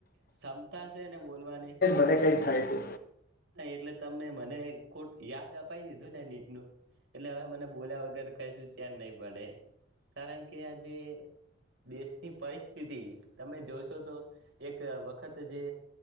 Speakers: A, on the right; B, on the left.
A: ક્ષમતા છે ને બોલવાની
B: કઈ થાય છે
A: હા એટલે તમે મને ખોટ યાદ અપાઈ દીધું ને, નીટનું એટલે હવે મને બોલ્યા વગર કઈ શું ચેન નહી પડે કારણ કે આજે દેશની પરિસ્થિતિ તમે જોશો તો એક વખત જે